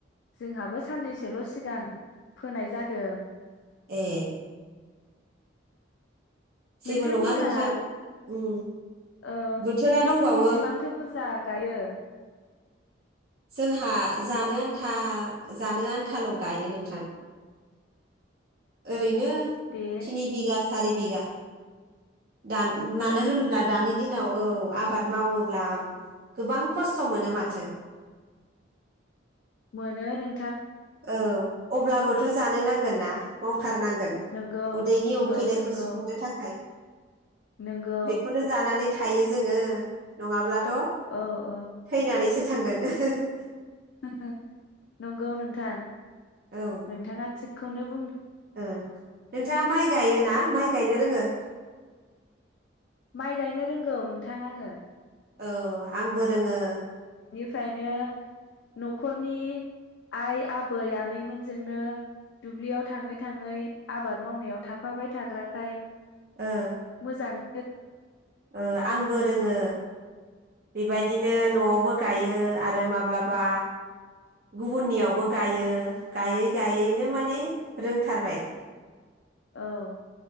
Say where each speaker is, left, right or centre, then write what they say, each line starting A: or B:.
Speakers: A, on the left; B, on the right.
A: जोंहाबो साननैसो ल' सिगां फोनाय जादों
B: ए जेबो
A: नोंथांमोनहा
B: नङा नोंथां उम
A: औ
B: बोथोरा दंबावो
A: बेसेबांथो बुरजा गायो
B: जोंहा जानो आन्था जानो आन्थाल' गायो नोंथां ओरैनो
A: दे
B: थिनि बिगा सारि बिघा दान
A: नंगौना
B: मानो होनोब्ला दानि दिनाव औ आबाद मावोब्ला गोबां खस्थ' मोनो माथो
A: मोनो नों
B: औ अब्लाबो थ' जानो नांगोन ना माव थारनांगोन
A: नंगौ
B: उदैनि उखैनायखौ
A: औ नंगौ
B: सुफुंनो थाखाय
A: नंगौ
B: बेखौनो जानानै थां थायो जोङो नङाब्ला थ
A: औ औ
B: थैनानैसो थांगोन ओ हो हो
A: ओ ओ नंगौ नोंथां
B: औ
A: नोंथाङा थिग खौनोब
B: ओ नोंथाङा माइ गायोना माइ गायनो रोङो
A: माइ गायनो रोंगौ नोंथां आंङो
B: औ आंबो रोङो
A: फ्रायनो न'खरनि आइ आबै आनैमोनजोंनो दुब्लियाव थाङै थाङै आबाद मावनायाव थाफाबाय थाग्राखाय
B: ओ
A: मोजाङै
B: ओ आंबो रोङो बेबायदिनो न'आवबो गायो आरो माब्लाबा गुबुननियावबो गायो गायै गायैनो माने रोंथारबाय
A: औ